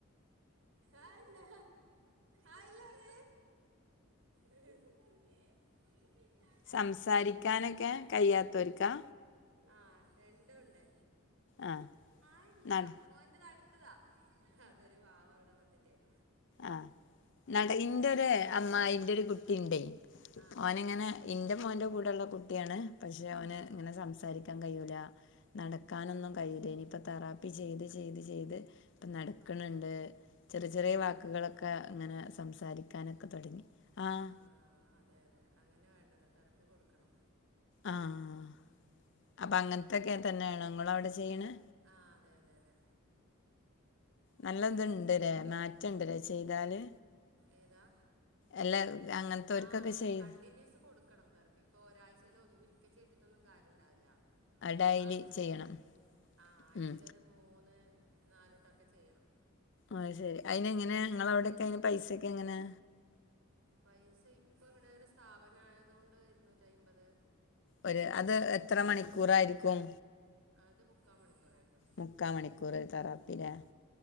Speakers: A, on the right; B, on the left.
A: ആയില്ലാ ആയില്ലാ <unintelligible> ഉ
B: സംസാരിക്കാനൊക്കെ കയ്യാതൊര്ക്കാ?
A: ആഹ് രണ്ടും ഉണ്ട്
B: ആ
A: ആയില്ലാ
B: നട
A: മോന്റെത് അടുത്തതാ അതൊരു പാവം ഇവടെ വന്ന്ട്ടേയ്
B: ആഹ് ഇന്റെര് അമ്മായിന്റെ ഒരു കുട്ടിണ്ടേയ്
A: ആ
B: ഓന്ങ്ങനെ ഇന്റെ മോന്റെ കൂടെള്ള കുട്ടിയാണ് പക്ഷെ അവന്
A: ആ
B: ഇങ്ങനെ സംസാ സംസാരിക്കാൻ കയ്യൂലാ ന്നടക്കാനൊന്നും കയ്യൂല ഇനിയിപ്പ തറാപ്പി ചെയ്ത് ചെയ്ത് ചെയ്ത് ന്നടക്ക്ണ്
A: അതെയോ
B: ണ്ട് ചെറിയ ചെറിയേ വാ
A: ആ
B: വാക്കുകളൊക്കെ ഇങ്ങനെ സംസാരിക്കാനൊക്കെ തൊടങ്ങി ആഹ്.
A: ആഹ് അതെ അതെ അങ്ങനെ വേണ്ടത് തെറപ്പി കൊടുക്കണം.
B: ആഹ് അപ്പൊ അങ്ങൻത്തൊക്കെ തന്നേണോ ങ്ങളവടെ ചെയ്യ്ണ്?
A: ആഹ് അതെ അതെ അതെ.
B: ന്നല്ലത്ണ്ട്ലെ മാറ്റണ്ട്ലെ ചെയ്താല്.
A: ഏതാ
B: അല്ല അങ്ങനത്തോർക്കൊക്കെ
A: ആഹ് അതെ അതെ
B: ചെയ്ത്
A: കണ്ടിന്യൂസ് കൊടു ക്കണം തറപ്പി ഇപ്പൊ ഒരാഴ്ചയിലോ ഒരിക്ക ചെയ്തിട്ടൊന്നും കാര്യം ഉണ്ടാവില്ല.
B: ഡെയിലി
A: ആഴ്ചെല്
B: ചെയ്യണം.
A: ആഹ് ആഴ്ചെലൊരു
B: ഉം.
A: മൂന്ന് ന്നാലൂട്ടൊക്കെ ചെയ്യണം.
B: അഅ്‌ ശരി അയ്നങ്ങനെ
A: ആ
B: ങ്ങളവടെക്കെ അയ്ന് പൈസൊക്കെ എങ്ങനേ?
A: പൈസ ഇപ്പൊ ഇവടെ ഒരു സ്ഥാപനായതൊണ്ട് ഇര്ന്നൂറ്റയ്മ്പത്.
B: ഒര് അത് എത്ര മണിക്കൂറായിരിക്കും?
A: അത് മുക്കാൽ മണിക്കൂറായിരിക്കും
B: മുക്കാമണിക്കൂറ് തറാപ്പിലെ
A: ഉം.